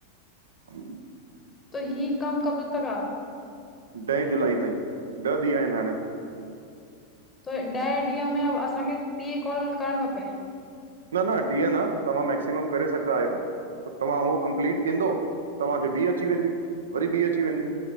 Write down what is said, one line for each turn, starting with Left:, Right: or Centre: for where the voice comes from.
Right: हूं
Left: त ही कम कब तक आ?
Right: ॾहीं जुलाई ताईं, ॾह ॾींहं आहिनि हाणे
Left: त ॾह ॾींहं में असांखे टीह कॉल करणु खपे
Right: न, न टीह न तव्हां मैक्सिमम करे सघदा आहियो तव्हां हो कंप्लीट केंदो, तव्हांखे ॿी अची वेंदी, वरी ॿी अची वेंदी